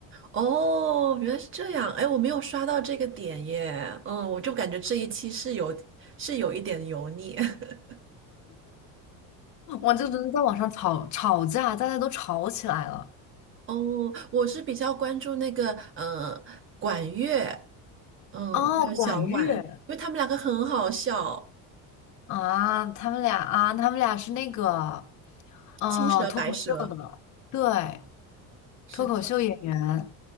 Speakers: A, on the right; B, on the left.
A: 哦，原来是这样。哎，我没有刷到这个点耶。嗯，我就感觉这一期是有是有一点油腻。<laughs>
B: 哇，就真的在网上吵吵架，大家都吵起来了。
A: 哦，我是比较关注那个嗯，管乐，嗯，
B: 哦，
A: 还有小婉，
B: 管乐
A: 因为他们两个很好笑，
B: 啊，他们俩啊，他们俩是那个。哦，
A: 青蛇白蛇。
B: 脱口秀的，对，
A: 是的，
B: 脱口秀演员，